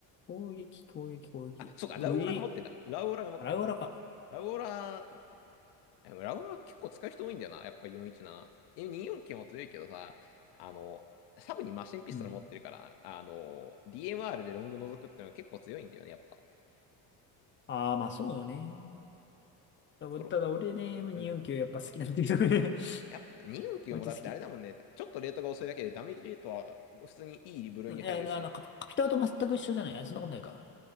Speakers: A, on the left; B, on the left.
A: 攻撃、攻撃、攻撃。
B: あ、そうか、
A: グリ、
B: ラウオラが持ってんだ。ラウオラが持ってる。
A: アラウラか。
B: ラウオラ、でもラウオラ結構使う人多いんだよな。やっぱ417。え、249も強いけどさ、あの、サブにマシンピストル持ってるから、
A: うん。
B: あの、DMR でロング覗くってのが結構強いんだよね、やっぱ。
A: ああ、まあそうね。ただ、
B: プロ、
A: ただ俺ね、M249
B: うん。
A: やっぱ好きなんだけどね。
B: やっぱ249もだってあれだもんね。
A: <laughs> 割と好き。
B: ちょっとレートが遅いだけでダメージレートは普通にいい部類に入るし。
A: いや、あの、カピカピタルと全く一緒じゃない。あ、そんなことないか。